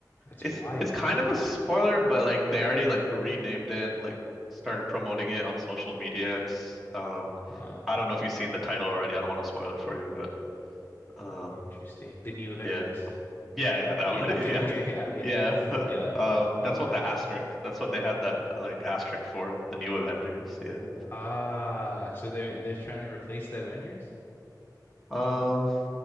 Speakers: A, on the left; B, in the centre.
A: That's
B: It's
A: wild.
B: it's kind of a spoiler, but like they already like renamed it and like started promoting it on social media. It's um
A: Ah,
B: I don't know if you've seen the title already. I don't want to spoil it for you, but uh
A: interesting. The New Avengers.
B: yeah. Yeah, yeah, that
A: Yeah.
B: one. <laughs>
A: Okay.
B: Yeah.
A: <laughs> Okay. Yeah. Yeah.
B: Yeah.
A: <laughs> Yeah.
B: <laughs> Uh,
A: Oh,
B: that's what the
A: interesting.
B: asterisk. That's what they had that like asterisk for the new Avengers. Yeah.
A: Ah, so they're they're trying to replace the Avengers?
B: Um,